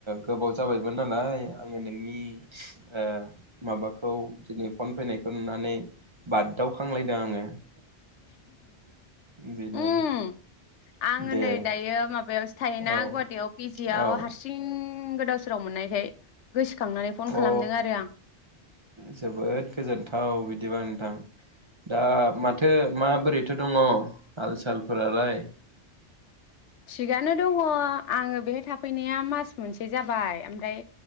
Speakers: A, on the right; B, on the left.
A: गोबाव जाबायमोन नालाय आङो नोंनि ओ माबाखौ दिनै फन फैनायखौ नुनानै बाददावखांलायदों आङो बेनो
B: उम आङो
A: दे
B: नै दायो माब थायोना
A: औ
B: गुवाहाटियाव पिजिआव
A: औ
B: हारसिं उम गोदाव सोराव मोननायखाय गोसोखांनानै फन खालामदों
A: अ
B: आरो आं
A: जोबोद गोजोनथाव बिदिबा थां दा माथो माबोरैथो दङ आर सालफोरालाय
B: थिगानो दङ आङो बेहाय थाफैनाया मास मोनसे जाबाय आमफ्राय